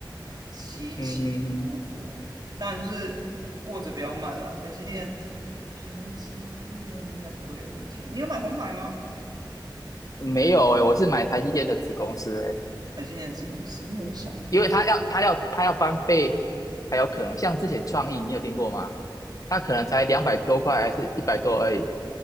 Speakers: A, on the right; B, on the left.
A: 起起伏伏。
B: 嗯嗯
A: 当然就是握着不要卖了，台积电，台积电应该不会有问题。你有买红海吗？
B: 嗯，没有哎、我是买台积电的子公司哎、
A: 台积电的子公司，因为我在想，
B: 因为它要它要它要翻倍才有可能，像之前创意你有听过吗？它可能才两百多块还是一百多而已，